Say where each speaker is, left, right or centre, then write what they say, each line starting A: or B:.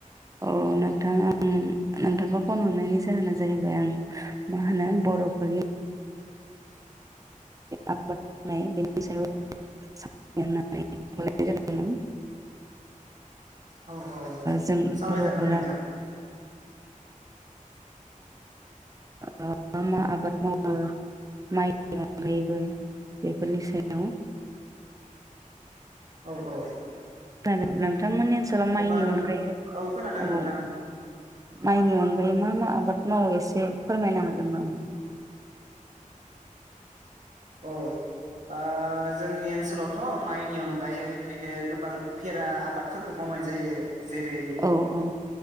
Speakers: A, on the right (about 25°); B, on the right (about 60°).
A: अ नोंथां आं नोंथांखौ फन हरनायनि जाहोना जाहैबाय आं मा होनो बर'फोरनि आबाद मावनाय बेनि सायाव <unintelligible>
B: औ औ
A: जों
B: सावरायजागोन
A: बर'फोरा
B: दे नोंथां
A: मा मा आबाद मावो माइ गनायबो बेफोरनि सायाव
B: औ औ
A: नोंथांमोननि ओनसोलाव माइनि
B: अब्ला नों
A: अनगायै
B: औ खोनादों
A: औ
B: नोंथां
A: माइनि अनगायै मा मा आबाद मावो एसे फोरमायनो हागोन नामा
B: औ आ जोंनि ओनसोलावथ' माइनि अनगायै ओरैनो गोबां उफेरा आबादफोरबो मावनाय जायो जेरै
A: औ औ